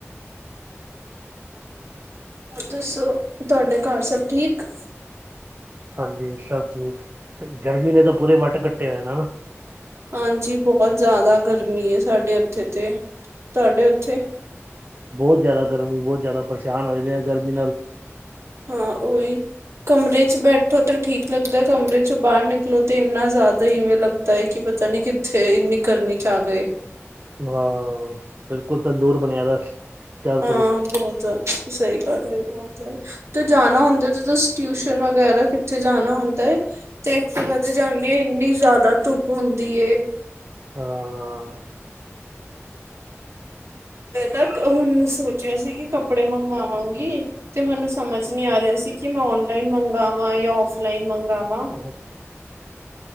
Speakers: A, on the right; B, on the right.
A: ਹੋਰ ਦੱਸੋ ਤੁਹਾਡੇ ਘਰ ਸਭ ਠੀਕ।
B: ਹਾਂਜੀ ਸਭ ਠੀਕ ਗਰਮੀ ਨੇ ਤਾਂ ਪੂਰੇ ਵੱਟ ਕੱਟੇ ਹੋਏ ਨੇ ਨਾ।
A: ਹਾਂਜੀ ਬਹੁਤ ਜਾਦਾ ਗਰਮੀ ਏ ਸਾਡੇ ਉੱਥੇ ਤੇ ਤੁਹਾਡੇ ਉੱਥੇ
B: ਬੋ ਜਾਦਾ ਗਰਮੀ ਬੋ ਜਾਦਾ ਪਰੇਸ਼ਾਨ ਹੋ ਜਾਂ ਣੇ ਆ ਗਰਮੀ ਨਾਲ
A: ਹਾਂ ਓਹੀ ਕਮਰੇ 'ਚ ਬੈਠੋ ਤੇ ਠੀਕ ਲੱਗਦਾ ਕਮਰੇ ਚੋਂ ਬਾਰ ਨਿਕਲੋ ਤੇ ਇੰਨਾ ਜਾਦਾ ਇਵੇਂ ਲੱਗਦ ਤਾਂ ਈ ਕੀ ਪਤਾ ਨੀ ਕਿੱਥੇ ਇੰਨੀ ਗਰਮੀ 'ਚ ਆ ਗਏ।
B: ਹਾਂ ਬਿਲਕੁਲ ਤੰਦੂਰ ਬਣਿਆ ਦਾ। ਚਾਰੋ
A: ਹਾਂ
B: ਤਰਫ
A: ਬਹੁਤ ਜਾਦ ਸਈ ਗੱਲ ਬਹੁਤ ਤੇ ਜਾਣਾ ਹੁੰਦਾ ਜ ਤੁ ਟਿਊਸ਼ਨ ਵਗੈਰਾ ਕਿੱਥੇ ਜਾਣਾ ਹੁੰਦਾ ਏ ਤੇ ਇਥੇ ਤਕ ਜਾਂਣੇ ਇੰਨੀ ਜਾਦਾ ਧੁੱਪ ਹੁੰਦੀ ਏ।
B: ਹਾਂ
A: ਮੈਂ ਤਾਂ ਹੁਣ ਸੋਚਿਆ ਸੀ ਕਿ ਕੱਪੜੇ ਮੰਗਵਾਂਗੀ। ਤੇ ਮੈਨੂੰ ਸਮਝ ਨੀ ਆ ਰਿਆ ਸੀ ਕਿ ਮੈਂ ਆਨਲਾਈਨ ਮੰਗਾਵਾਂ ਜਾਂ ਔਫਲਾਈਨ ਮੰਗਾਵਾਂ।
B: ਹੂੰ